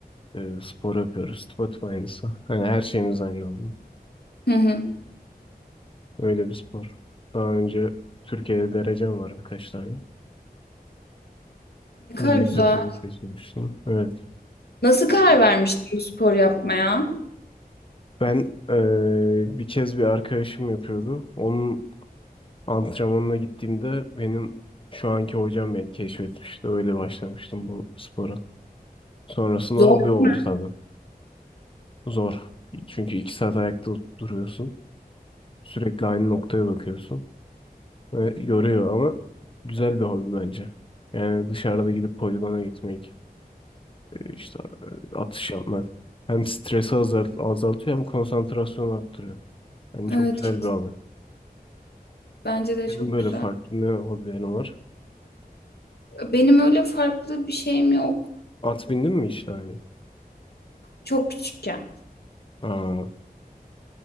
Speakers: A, on the left; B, on the left.
A: e, spor yapıyoruz. Tıpatıp aynısı. Yani her şeyimiz aynı anda.
B: Hı hı.
A: Öyle bir spor. Daha önce Türkiye'de derecem var birkaç tane.
B: Ne kadar
A: Milli
B: güzel.
A: takımı seçilmiştim. Evet.
B: Nasıl karar vermiştin bu spor yapmaya?
A: Ben eee, bir kez bir arkadaşım yapıyordu. Onun antrenmanına gittiğimde benim şu anki hocam beni keşfetmişti. Öyle başlamıştım bu spora. Sonrasında
B: Zor
A: hobi oldu
B: mu?
A: tabii. Zor. Çünkü iki saat ayakta duruyorsun. Sürekli aynı noktaya bakıyorsun. Ve yoruyor ama güzel bir hobi bence. Yani dışarıda gidip poligona gitmek, işte atış yapmak. Hem stresi azalt azaltıyor hem konsantrasyonu arttırıyor. Yani çok
B: Evet,
A: güzel
B: kesin.
A: bir abi.
B: bence de
A: Benim
B: çok
A: böyle
B: güzel.
A: farklı ne hobilerim var?
B: Benim öyle farklı bir şeyim yok.
A: At bindin mi hiç daha önce?
B: Çok küçükken.
A: Aa, Hı